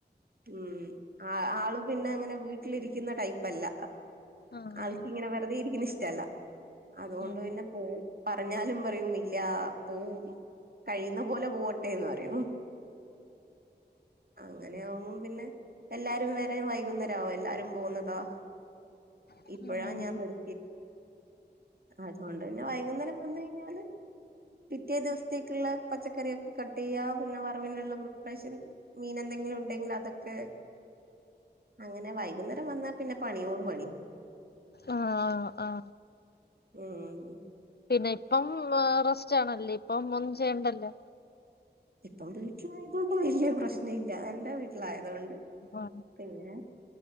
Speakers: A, on the right (about 60°); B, on the left (about 65°).
A: ഉം ആഹ ആള് പിന്നെ അങ്ങനെ വീട്ടിലിരിക്കുന്ന ടൈപ്പല്ല
B: ആഹ്
A: ആൾക്കിങ്ങനെ വെറുതെ ഇരിക്കുന്ന ഇഷ്ടല്ല അതുകൊണ്ട്
B: ഉം
A: പിന്നെ പോ പറഞ്ഞാലും പറയും ഇല്ല പോവും കഴിയുന്ന പോലെ പോവട്ടെന്ന് പറയും അങ്ങനെയ ആകുമ്പം പിന്നെ എല്ലാരും വേറെ വൈകുന്നേര എല്ലാരും പോന്നതാ
B: ഉം
A: ഇപ്പഴാ ഞാൻ നിർ അതുകൊണ്ട്ന്നെ വൈകുന്നേരം വന്ന കഴിഞ്ഞാല് പിറ്റേ ദിവസത്തേക്കുള്ള പച്ചക്കറിയൊക്കെ കട്ട് ചെയ്യാ പിന്നെ വറവിനള്ള പ്രിപ്രേഷൻ മീനെന്തെങ്കിലും ഉണ്ടെങ്കിൽ അതൊക്കെ അങ്ങനെ വൈകുന്നേരം വന്നാ പിന്നെ പണിയോട് പണി
B: ആഹ ആാാ
A: മ്മ്
B: പിന്നെ ഇപ്പം റസ്റ്റ് ആണല്ലേ ഇപ്പം ഒന്നും ചെയ്യണ്ടല്ലോ
A: ഇപ്പം വീട്ടിലായതൊണ്ട് വലിയ പ്രശ്ന ഇല്ല എന്റെ വീട്ടിലായതുകൊണ്ട്
B: ആ
A: പിന്നെ